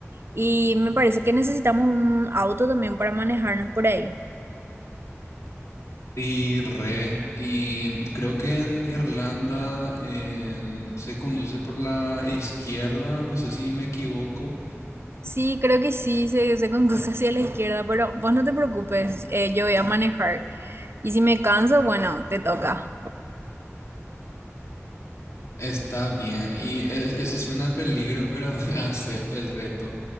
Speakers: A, on the right; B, on the left.
A: Y me parece que necesitamos un auto también para manejarnos por ahí.
B: Y re. Y creo que en Irlanda em, se conduce por la izquierda. No sé si me equivoco.
A: Sí, creo que sí, se, se conduce hacia la izquierda, pero vos no te preocupes, eh, yo voy a manejar. Y si me canso, bueno, te toca.
B: Está bien. Y es- eso suena a peligro, pero <laughs> acepto el reto.